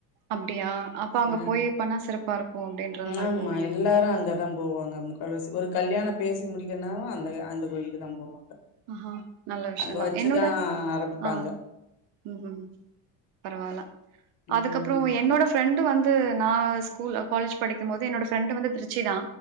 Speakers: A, on the right (about 70°); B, on the left (about 60°).
A: அப்டியா அப்ப அங்க
B: அ
A: போய் பண்ணா சிறப்பா இருக்கு அப்டின்றது மாரி
B: ஆமா
A: போவீங்க
B: எல்லாரு அங்கதா போவாங்க ஆமா கொலசு ஒரு கல்யாண பேசி முடிக்கனாவு அந்த அந்த கோயிலுக்கு தா போவாங்க
A: ஆஹா நல்ல விஷயந்தா
B: அங்க வச்சுதான்
A: என்னோட
B: ஆரம்பிப்பாங்க.
A: ஆ ம் ம் பரவால
B: ம்.
A: அதுக்கப்புரோ என்னோட ஃப்ரெண்டு வந்து து நா ஸ்கூல் காலேஜ் படிக்கு போது என்னோட ஃப்ரெண்ட்டு வந்து திருச்சி தா